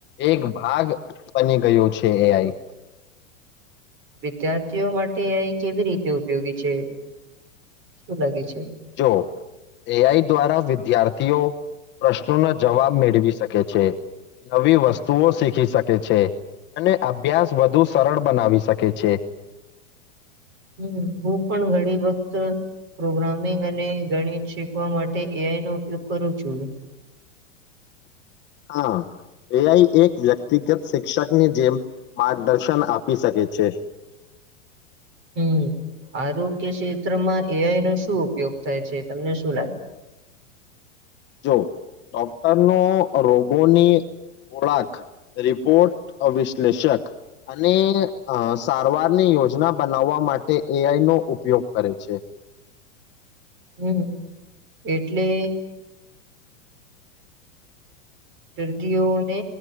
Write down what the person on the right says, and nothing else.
વિદ્યાર્થીઓ માટે એઆઈ કેવી રીતે ઉપયોગી છે શું લાગે છે?
હમ હું પણ ઘણી વખત પ્રોગ્રામિંગ અને ગણિત શીખવા માટે એઆઈનો ઉપયોગ કરું છું.
હમ આરોગ્ય ક્ષેત્રમાં એઆઈ નો શું ઉપયોગ થાય છે તમને શું લાગે છે?
હમ એટલે દર્દીઓને